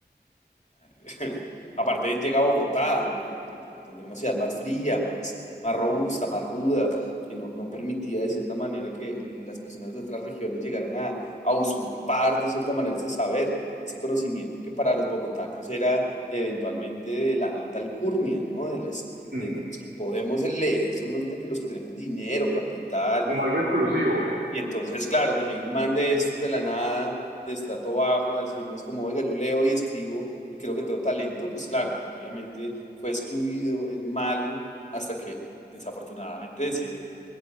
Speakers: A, on the left; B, on the right.
A: <laughs> Aparte llega a Bogotá, donde, donde, donde era una ciudad más fría, más, más robusta, más ruda, que no, no permitía de cierta manera que las personas de otras regiones llegaran a, a usurpar de cierta manera ese saber, ese conocimiento que para los bogotanos era eventualmente de la alta alcurnia, ¿no? De las,
B: Mm,
A: de, de los que podemos leer son los de que los que tenemos dinero, capital,
B: Como algo exclusivo.
A: y entonces, claro, que llegue un man de
B: <laughs>
A: estos de la nada, de estrato bajo, a decirnos como, oiga, yo leo y escribo y creo que tengo talento, pues claro, obviamente fue excluido eh, mal hasta que desafortunadamente decide,